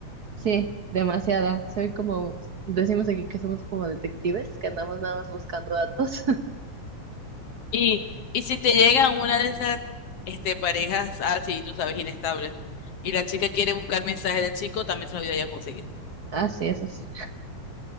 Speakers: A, on the right; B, on the left.
A: sí, demasiada. Soy como, decimos aquí que somos como detectives, que andamos nada más buscando datos.
B: Y, y si te llega una de esas este, parejas así, tú sabes, inestables, y la chica quiere buscar mensajes del chico, también se lo voy a conseguir.
A: Así es, así.